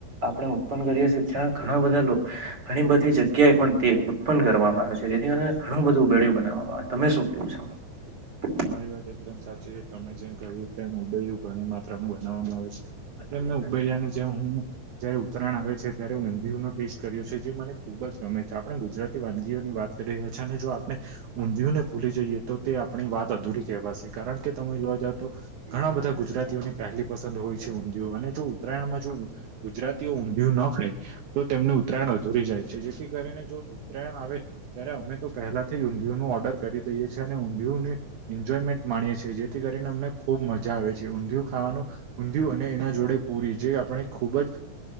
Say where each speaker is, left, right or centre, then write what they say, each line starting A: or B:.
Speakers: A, on the right; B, on the right.
A: આપણેે ઉત્પન્ન કરીએ છીએ, જ્યાં ઘણા બધા ઘણી બધી જગ્યાએ પણ તે ઉત્પન્ન કરવામાં આવે છે જેથી કરીને ઘણું બધું ઉેડું બનાવવામાં આવે છે, તમે શું કેવું છો? <unintelligible>
B: તમારી વાત એકદમ સાચી છે તમે જેમ કહીએ તેમ ઉબઈું ઘણી માત્રામાં બનાવવામાં આવે છે. તેમ
A: એ
B: મેં
A: પ્રકારનું
B: ઉબેડિયાની જેમ હું જયારે ઉત્તરાયણ આવે છે ત્યારે ઊંધિય નનો ટેસ્ટ કર્યો છે, જે મને ખુબ જ ગમે છે આપણે ગુજરાત વાનગીઓની વાત કરી રહ્યા છે અને જો આપણે ઊંધિયુને ભૂલી જઈએ તો તે આ પની વાત અધૂરી કવાશે, કારણ કે તમે જોવા જાવ તો ઘણા
A: <unintelligible>
B: બધા ગુજરાતીઓની પહેલી પસંદ હોય છે અને જો ઉત્તરાયણમાં જો ગુજરાતીઓ ઊંધિયું ન ખાય તો તેમનું ઉત્તરાયણ અધૂરી જાય છે, જેથી કરીને ઉત્તરાયણ આવે ત્યારે અમે તો પહેલાથી જ ઊંધિયુંનું ઓર્ડર કરી દઈએ છે, અને એજોયમેન્ટ માણીએ છે, જેથી કરીને અમને ખુબ મજા આવે છે, ઊંધિયું ખાવાનું ઊંધિયું અને એના જોડે પૂરી જે આપણે ખૂબ જ